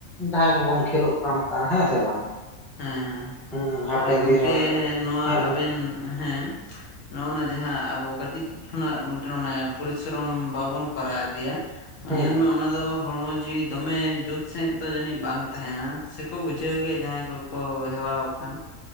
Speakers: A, in the centre; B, on the left.
A: ᱡᱟᱦᱟᱸᱭ ᱠᱚᱵᱚᱱ ᱠᱷᱮᱞᱳᱜ ᱠᱟᱱᱛᱟ ᱦᱮᱸ ᱥᱮ ᱵᱟᱝ᱾
B: ᱦᱩᱸ ᱦᱩᱸ
A: ᱦᱮᱸ ᱦᱟᱯᱮᱱ
B: ᱟᱨ ᱜᱚᱝᱠᱮ
A: ᱫᱤᱱ ᱨᱮ
B: ᱱᱚᱣᱟ
A: ᱦᱮᱸ
B: ᱟᱵᱮᱱ ᱦᱮᱸᱼᱼ ᱱᱚᱜᱼᱱᱟ ᱡᱟᱦᱟᱸ ᱟᱵᱚ ᱠᱟᱹᱴᱤᱡ ᱠᱷᱚᱱᱟᱜ ᱢᱤᱫᱴᱮᱱ ᱚᱱᱮ ᱯᱚᱨᱤᱥᱨᱚᱢ ᱵᱟᱵᱚᱱ ᱠᱚᱨᱟᱣ ᱤᱫᱤᱭᱟᱼᱼ
A: ᱦᱮᱸ
B: ᱧᱮᱞᱢᱮ ᱚᱱᱟ ᱫᱚ ᱦᱚᱲᱢᱚ ᱡᱤᱣᱤ ᱫᱚᱢᱮ ᱡᱩᱛ ᱥᱟᱺᱦᱤᱡ ᱫᱚ ᱡᱟᱹᱱᱤᱡ ᱵᱟᱝ ᱛᱟᱦᱮᱱᱟ ᱾ ᱥᱮᱠᱚ ᱵᱩᱡᱷᱟᱹᱣ ᱜᱮᱭᱟ ᱡᱟᱦᱟᱸᱭ ᱠᱚᱠᱚ ᱦᱮᱣᱟᱣ ᱠᱟᱱ᱾